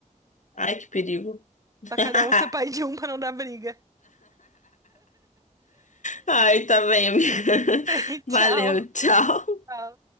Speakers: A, on the left (about 65°); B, on the right (about 25°).
A: Ai, que perigo. <laughs>
B: Pra cada um ser pai de um pra não dar briga.
A: Ai, tá bem, amiga. <laughs>
B: <laughs>
A: Valeu,
B: Tchau.
A: tchau.
B: Tchau.